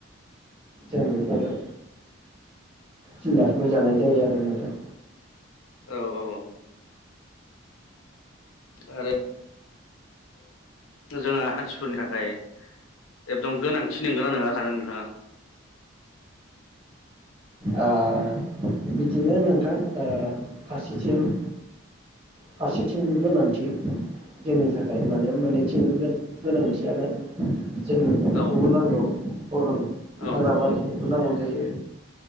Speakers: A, on the right; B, on the left.
A: जों बेफोर जुनारखौ जानाय जायो आरो नोंथां।
B: औ औ आरो जोंहा हानसिफोरनि थाखाय एकदम गोनांथि नोंगोना नङा सानो नोंथाङा?
A: आ बिदि बिदिनो नोंथां ओ फास <unintelligible> फारसेथिंबो गोनांथि जोंनि थाखाय माने मोननैथिंबो गोनांथियानो जोंनो बेफोरखौबो
B: औ
A: नांगौ। अरन
B: औ
A: हाग्राबारिखै खौ नांगौ जायो।